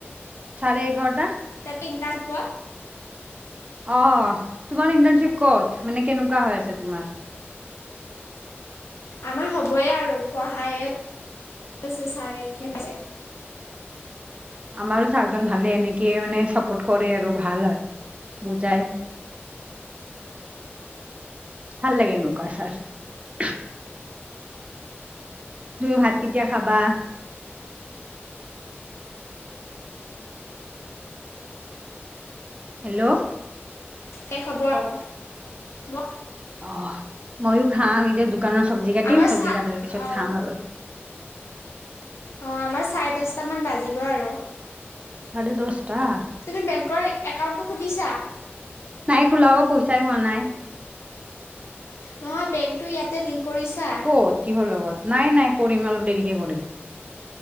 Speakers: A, on the right; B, on the left.
A: চাৰে এঘাৰটা।
B: এতে এন্টানচিপত
A: অহ', তোমাৰ ইণ্টাৰ্ণশ্বিপ কত, মানে কেনেকুৱা হৈ আছে তোমাৰ?
B: আমাৰ হ'বয়ে আৰু পঢ়ায়ে আছে ছাৰে কি
A: আমাৰো ছাৰজন ভালে এনেকে মানে চাপোৰ্ট কৰে আৰু ভাল হয়, বুজায়। ভাল লাগে এনেকুৱা ছাৰ। <unintelligible> তুমি ভাত কেতিয়া খাবা? হেল্ল'।
B: শেষ হ'ব আৰু। মই
A: অহ। মইয়ো খাম এতিয়া দোকানৰ চব্জি কাটিম,
B: আমাৰ
A: চব্জি
B: চা
A: কাটাৰ পিছত
B: অ
A: খাম আৰু।
B: অহ, আমাৰ চাৰে দহটা মান বাজিব আৰু।
A: চাৰে দহটা।
B: তুমি বেংকৰ একাউণ্টটো খোলিছা?
A: নাই খোলা অহ, পইচাই হোৱা নাই।
B: নহয় বেংকটো ইয়াতে লিংক কৰিছা?
A: ক'ত কিহৰ লগত, নাই নাই কৰিম অলপ দেৰিকে কৰিম।